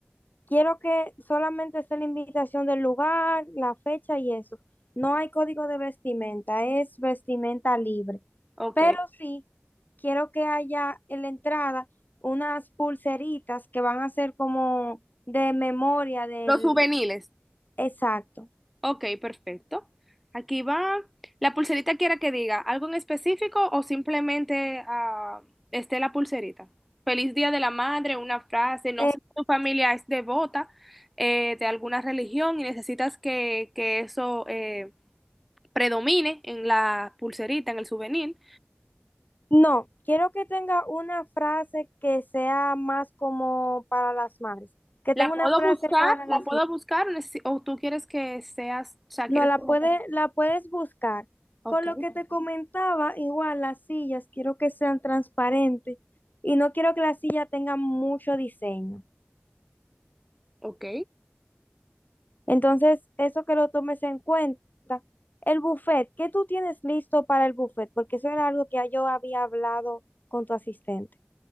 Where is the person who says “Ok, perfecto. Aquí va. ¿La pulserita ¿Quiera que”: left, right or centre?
Centre